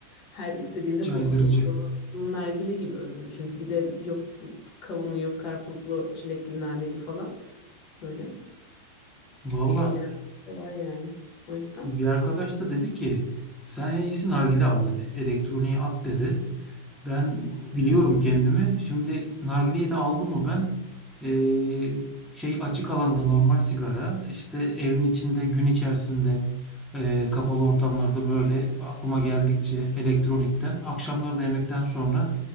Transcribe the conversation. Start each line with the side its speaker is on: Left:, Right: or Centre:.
Left: her istediğinde
Centre: Caydırıcı.
Left: fokur fokur onu nargile gibi öbürü çünkü bir de yok kavunlu yok karpuzlu çilekli naneli falan böyle
Centre: Valla
Left: bir eğlence de var yani o yüzden.
Centre: bir arkadaş da dedi ki sen en iyisi nargile al dedi. Elektroniği at dedi. Ben biliyorum kendimi. Şimdi nargileyi de aldım mı ben eee, şey açık alanda normal sigara işte evin içinde gün içerisinde eee, kapalı ortamlarda böyle aklıma geldikçe elektronikten akşamları da yemekten sonra